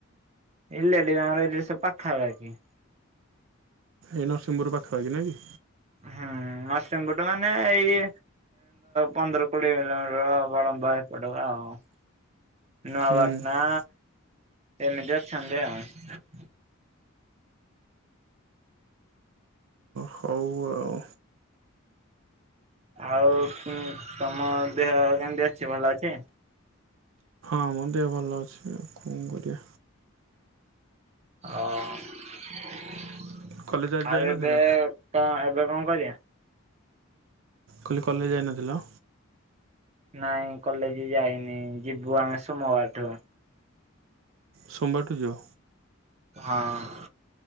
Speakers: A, on the right (about 30°); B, on the right (about 65°).
A: ରିଲେଟିଭ ଆମର ଏ ଯୋଉ ସବୁ ପାଖାପାଖି।
B: ଏଇ ନରସିଂହପୁର ପାଖାପାଖି ନା କି?
A: ହୁଁ ନରସିଂହପୁର ଟା ମାନେ ଏଇ ପନ୍ଦର କୋଡ଼ିଏ କିଲୋମିଟର ବଡମ୍ପା <unintelligible> ନୂଆବାଟ
B: ହୁଁ
A: ନା ଏମିତି ଅଛନ୍ତି ଆଉ।
B: ହଉ ଆଉ।
A: ଆଉ ତମ ଦେହ କେମିତି ଅଛି ଭଲ ଅଛି?
B: ହଁ ମୋ ଦେହ ଭଲ ଅଛି। ଆଉ କଣ କରିବା।
A: ଓ ଆଉ
B: କଲେଜ ଆଜି ଯାଇନଥିଲ
A: ଏବେ ଏବେ କଣ କରିବା?
B: କାଲି କଲେଜ ଯାଇନଥିଲ?
A: ନାଇଁ କଲେଜ ଯାଇନି। ଯିବୁ ଆମେ ସୋମବାରଠୁ।
B: ସୋମବାର ଠୁ ଯିବ?
A: ହଁ